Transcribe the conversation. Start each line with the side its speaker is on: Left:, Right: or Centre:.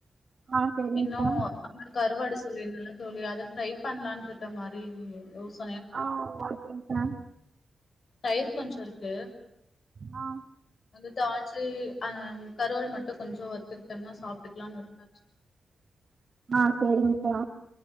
Right: ஆ செரிங்க்கா
Left: இன்னு அங்க கருவாடு சொல்லி இருந்தல்லா தோழி அத ட்ரை பண்லா இருக்க மாரி <unintelligible>
Right: ஆ ஓகேங்கா
Left: தயிர் கொஞ்சோ இருக்கு
Right: ஆ
Left: அடுத்த ஆச்சு அ கருவாடு மட்டு கொஞ்ச வறுத்துக்கிட்டன்னா சாப்ட்டுக்கலான்னு விட்டாச்சு
Right: ஆ சரிங்கப்பா